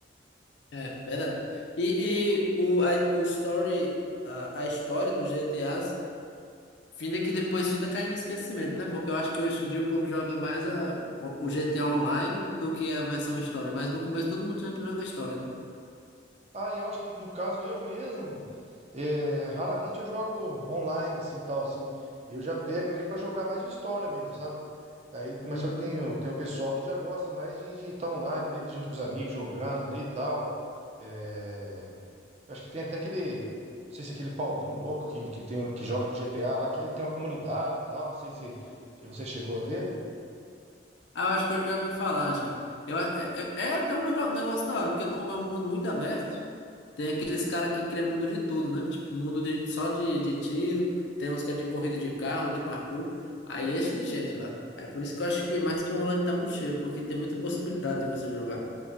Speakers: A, on the left; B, on the right.
A: É, verdade. E, e o, a, o story, a, a história dos GTAs, finda que depois finda cai no esquecimento, né? Porque eu acho que hoje em dia o povo joga mais a, o, o GTA Online do que a versão história, mas no começo todo mundo sempre joga a história, né?
B: Ah, eu acho que no caso eu mesmo, é, raramente eu jogo online assim tal assim. Eu já pego ali pra jogar mais o história mesmo, sabe? Aí, mas
A: Uhum.
B: só que tem, o- tem o pessoal que já gosta mais de estar online ali junto com os amigos jogando ali e tal. É, eu acho que tem até aquele, não sei se é aquele Paulinho louco que, que tem o- que joga no GTA lá que ele tem uma comunidade e tal. Não sei se se você chegou a ver.
A: Ah, eu acho que eu já ouvi falar já. Eu, a- é, é é até um legal- negócio da hora, porque como é um mundo muito aberto, tem aqueles caras que criam mundo de tudo, né? Tipo, mundo de, só de, de tiro, tem uns que é de corrida de carro, de parkour. Aí enche de gente lá. É por isso que eu acho que mais que o online tá muito cheio, porque tem muita possibilidade de você jogar.